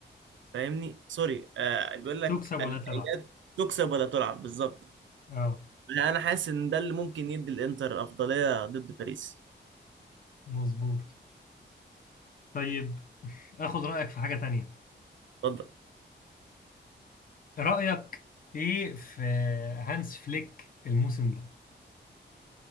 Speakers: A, on the right (about 80°); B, on the left (about 50°).
A: فاهمني سوري آه، بيقول لك
B: تكسب ولا
A: النهائيات
B: تلعب
A: تكسب ولا تلعب بالظبط
B: اه
A: انا حاسس ان ده اللي ممكن يدي الانتر افضليه ضد باريس
B: مظبوط طيب اخد رأيك في حاجة تانية
A: اتفضل
B: رأيك ايه في هانس فليك الموسم ده